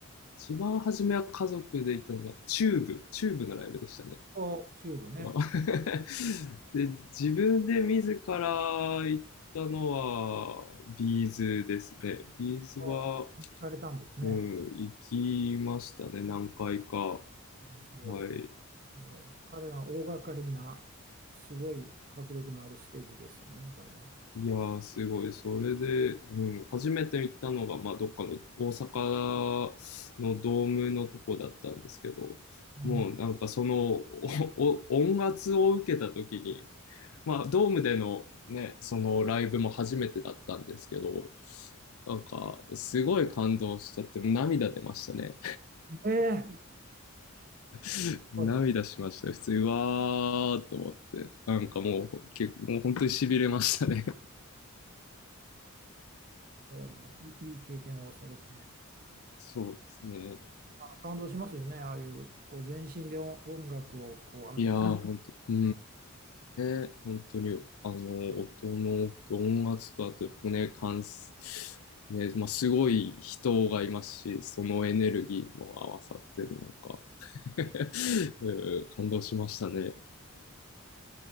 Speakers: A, on the left; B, on the right.
A: 一番初めは家族で行ったのが、チューブ、チューブのライブでしたね。
B: お、チューブね。
A: <laughs> で、自分で自ら行ったのは、ビーズですね。ビーズは、
B: あ行かれたんですね。
A: うん、行きましたね、何回か。
B: うんすごい。
A: はい。
B: えー彼らは大掛かりな、すごい迫力のあるステージですよね、彼らは。
A: いやー、すごい。それで、うん、初めて行ったのが、まあ、どっかの大阪のドームのとこだったんですけど、
B: うん
A: もうなんかそのおお音圧を受けた時に、まあ、ドームでのね、そのライブも初めてだったんですけど、なんか、すごい感動しちゃって、涙出ましたね。
B: ええす
A: <laughs> 涙しました。
B: ごい
A: 普通に、うわーっと思って。なんかもう、結構、もう本当に痺れましたね。
B: ええーいいいい経験をされて、
A: <laughs> そうですね。
B: あの感動しますよね、ああいうこう全身で音音楽をこう浴び、
A: いやー、本当に、うん。ね、本当に、あの、音の音圧と、あと、ね、感、ね、まあ、すごい人がいますし、そのエネルギーも合わさってる、なんか、<laughs> うん感動しましたね。